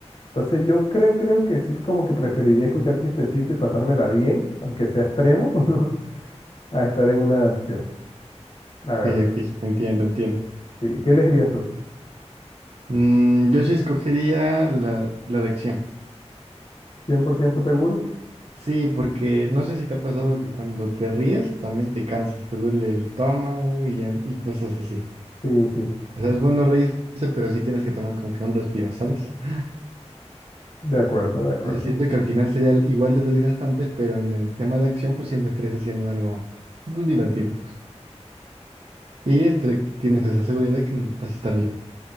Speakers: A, on the left; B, on the right.
A: Entonces yo creo, creo que sí como que preferiría escuchar chistecito y pasármela bien, aunque sea extremo, <laughs> a estar en una de acción, la verdad.
B: ok. Entiendo, entiendo.
A: Sí, ¿qué elegirías tú?
B: Mm, yo sí escogería la, la de acción.
A: cien por ciento seguro?
B: Sí, porque no sé si te ha pasado que cuando te ríes también te cansas, te duele el estómago y, y cosas así.
A: Sí, sí,
B: O sea, es bueno reírse, pero sí tienes que tomar como que un respiro, ¿sabes? <gasps>
A: de acuerdo, de acuerdo.
B: Entonces siento que al final sería igual de desgastante, pero en el tema de acción pues siempre estarías haciendo algo pues, divertido. Y este, tienes esa seguridad de que vas a estar bien.